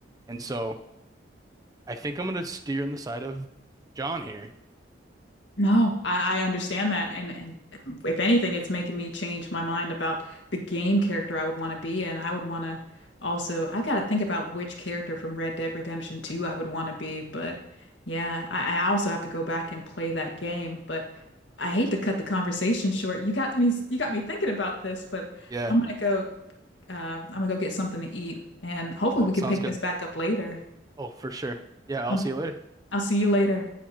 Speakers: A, on the right; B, on the left.
A: And so I think I'm gonna steer on the side of John here.
B: No, I, I understand that. And, and if anything, it's making me change my mind about the game character I would want to be. And I would want to also, I've got to think about which character from Red Dead Redemption 2 I would want to be. But yeah, I, I also have to go back and play that game. But I hate to cut the conversation short. You got me, you got me thinking about this, but
A: Yeah.
B: I'm gonna go, uh, I'm gonna go get something to eat. And hopefully
A: Oh,
B: we can
A: sounds
B: pick
A: good.
B: this back up later.
A: Oh, for sure. Yeah, I'll
B: Um,
A: see you later.
B: I'll see you later.